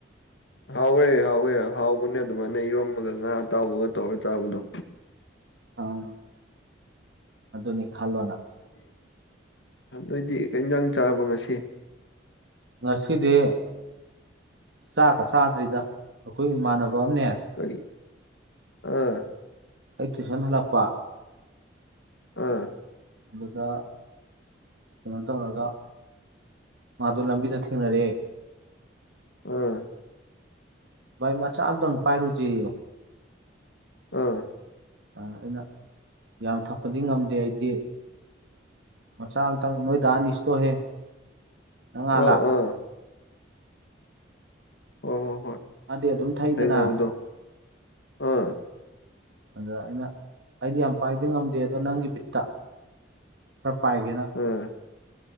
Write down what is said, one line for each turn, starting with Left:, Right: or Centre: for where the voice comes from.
Left: ꯍꯥꯎꯋꯦ ꯍꯥꯎꯋꯦ ꯍꯥꯎꯕꯅꯦ ꯑꯗꯨꯃꯥꯏꯅ ꯏꯔꯣꯝꯕꯒ ꯉꯥ ꯑꯇꯥꯎꯕꯒ ꯇꯧꯔ ꯆꯥꯕꯗꯣ
Right: ꯑꯥ ꯑꯗꯨꯅꯤ ꯈꯜꯂꯣꯅ
Left: ꯑꯗꯨꯏꯗꯤꯟꯖꯥꯡ ꯆꯥꯕ ꯉꯁꯤ
Right: ꯉꯁꯤꯗꯤ ꯆꯥꯛꯀ ꯆꯥꯗ꯭ꯔꯤꯗ ꯑꯩꯈꯣꯏ ꯏꯃꯥꯟꯅꯕ ꯔꯣꯝꯅꯦ
Left: ꯀꯩ ꯑꯥ
Right: ꯑꯥꯏ ꯇꯨ ꯁꯥꯟ ꯍꯂꯄꯥ
Left: ꯑꯥ
Right: ꯑꯗꯨꯒ ꯀꯩꯅꯣ ꯇꯧꯔꯒ ꯃꯥꯗꯨ ꯂꯝꯕꯤꯗ ꯊꯦꯡꯅꯔꯦ
Left: ꯎꯝ
Right: ꯚꯥꯏ ꯃꯆꯥ ꯑꯝꯇꯪ ꯄꯥꯏꯔꯨꯁꯦ
Left: ꯑꯥ
Right: ꯑꯩꯅ ꯌꯥꯝ ꯊꯛꯄꯗꯤ ꯉꯝꯗꯦ ꯑꯩꯗꯤ ꯃꯆꯥ ꯑꯃꯇꯪ ꯅꯣꯏ ꯑꯅꯤꯁꯇꯣꯛꯍꯦ ꯅꯪ ꯉꯍꯥꯟ
Left: ꯑꯥ
Right: ꯂꯥꯛꯄ
Left: ꯑꯥ ꯍ ꯍꯣ ꯍꯣꯏ
Right: ꯃꯥꯗꯤ ꯑꯗꯨꯝ ꯊꯛꯏꯗꯅ
Left: ꯊꯅ ꯑꯗꯣ ꯑꯥ
Right: ꯑꯗ ꯑꯩꯅ ꯑꯩꯗꯤ ꯌꯥꯝ ꯄꯥꯏꯗꯤ ꯉꯝꯗꯦ ꯑꯗꯣ ꯅꯪꯒꯤ ꯄꯕꯤꯠꯇ ꯈꯔ ꯄꯥꯏꯒꯦꯅ
Left: ꯑꯥ